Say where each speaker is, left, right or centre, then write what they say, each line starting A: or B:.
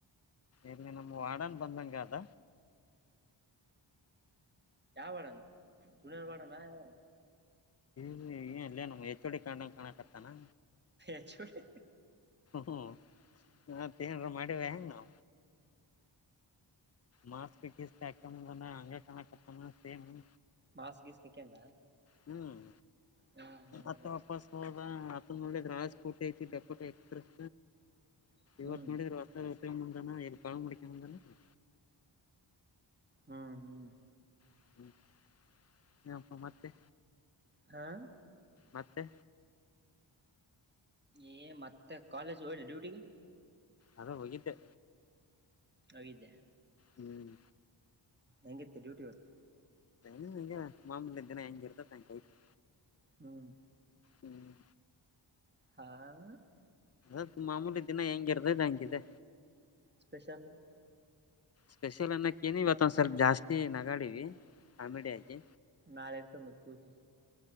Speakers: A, on the left (about 30°); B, on the right (about 20°).
A: ಇಲ್ಲಿ ನಮ್ ವಾಡನ್ ಬಂದಂಗ ಆದ
B: ಯಾವ ವಾರ್ಡನ ಸುನೀಲ <unintelligible> ವಾರ್ಡನ ಯಾವ.
A: ಏನ್ ಲೇ ನಮ್ಮ ಹೆಚೊಡಿ ಕಂಡಾಗ ಕಾಣಾ ಕತ್ತಾನಾ
B: ಹೆಚ್ಚೋಡಿ
A: ಹ್ಮ ಮತ್ತ ಏನರಾ ಮಾಡಿವ ಏನು ಮಾಸ್ಕ ಗಿಸ್ಕ ಹಾಕೊಂದ ಬಂದಾನ ಹಂಗ ಕನಾತನ ಸೇಮೂ
B: ಮಾಸ್ಕ ಗಿಸ್ಕ ಹಾಕೊಂಡ
A: ಹ್ಮ್
B: ಹ್ಮ್
A: ಮತ್ತೆ ವಾಪಸ್ ಹೋದ ನೋಡಿದರ ರಾಜ <unintelligible> ಸ್ಕೂಟಿ ಐತಿ ಡಕೋಟ ಎಕ್ಸ್ಪ್ರೆಸ್
B: ಹ್ಮ್
A: ಇವತ್ತ
B: ಹ್ಮ್
A: ನೋಡಿದ್ರ ಹೊಸ ಎತಕೊಂದ ಬಂದಾನ ಎಲ್ಲಿ ಕಳವ ಮಾಡ್ಕೊಂಡ್ ಬಂದಾನ
B: ಹ್ಮ್ ಹ್ಮ್
A: <unintelligible> ಏನಪ್ಪ ಮತ್ತೆ
B: ಹಾಂ
A: ಮತ್ತೆ
B: ಏ ಮತ್ತೆ ಕಾಲೇಜ್ ಹೋದೆ ಡ್ಯೂಟಿಗೆ
A: ಅದ ಹೋಗಿದ್ದೆ
B: ಹೋಗಿದ್ಯಾ
A: ಹ್ಮ್
B: ಹೆಂಗಿತ್ತ ಡ್ಯೂಟಿ ಇವತ್ತ
A: ಂಗೆ <unintelligible> ಮಾಮೂಲಿ ದಿನ ಹೆಂಗ ಇರತೇತಿ ಹಂಗ ಐತಿ
B: ಹ್ಮ್
A: ಹ್ಮ್
B: ಹಾಆ <unintelligible>
A: ಅದು ಮಾಮೂಲಿ ದಿನ ಹೆಂಗಿರ್ದದ ಹಂಗಿದೆ
B: ಸ್ಪೆಷಲ್ಲು <inaudible>
A: ಸ್ಪೆಷಲ್ ಅನ್ನಕ್ಕೇನು ಇವತ್ತ ಒಂದ್ ಸ್ವಲ್ಪ ಜಾಸ್ತಿ ನಗಾಡಿವಿ ಕಾಮಿಡಿ ಆಗಿ
B: ನಾಳೆ ಇರ್ತದ ಮತ್ತ ಪೂಜಿ